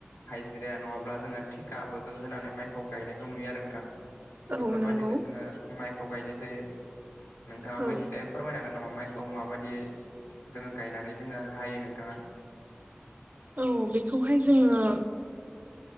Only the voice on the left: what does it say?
हाइजिरिया नङाब्ला जोङो थिग गाबो जोङो होनानै माइखौ गायनायखौ नुयो आरो नोंथां बेफोरबायदिनो
जोङो माइखौ गायनाय जायो नोंथाङाबो
एसे फोरमायनो हागोन नामा माइखौ माबायदि जोङो गायनानै जोङो हायो नोंथाङा